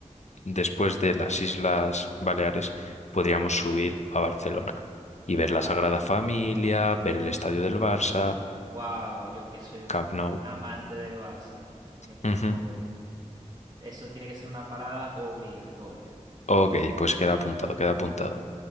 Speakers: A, on the left; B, on the right.
A: después de las Islas Baleares podríamos subir a Barcelona y ver
B: Ah,
A: la Sagrada Familia, ver el estadio del Barça,
B: wow, yo que soy un
A: Camp Nou.
B: amante del Barça, es mi equipo
A: Ujú.
B: favorito. Eso tiene que ser una parada obligatoria.
A: Ok, pues queda apuntado, queda apuntado.